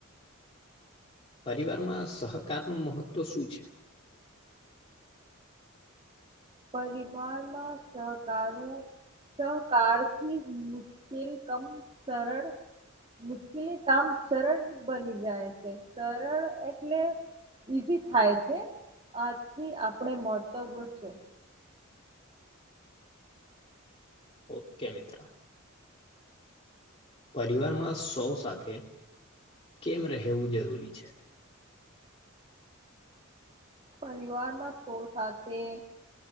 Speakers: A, on the left; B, on the right.
A: પરિવારમાં સહકાર નું મહત્વ શું છે?
B: પરિવારમાં સહકારો સહકાર થી મુશ્કેલ કમ સરળ મુશ્કેલી કામ સરળ બની જાય છે સરળ એટલે ઈઝી થાય છે આથી આપણે મહત્વ છે.
A: ઓકે મિત્ર પરિવારમાં સૌ સાથે કેમ રહેવું જરૂરી છે?
B: પરિવારમાં સૌ સાથે